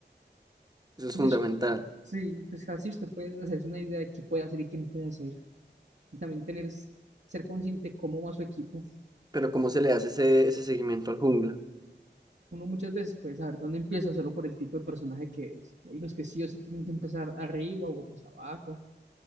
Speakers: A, on the right; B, on the right.
A: eso es
B: Y
A: fundamental,
B: es, sí, pues así usted puede hacerse una idea de qué puede hacer y qué no puede hacer. Y también tener, ser consciente cómo va su equipo.
A: pero cómo se le hace ese, ese seguimiento al jungla?
B: Uno muchas veces puede saber dónde empieza solo por el tipo de personaje que es. Hay unos que sí o sí tienen que empezar arriba, u otros abajo,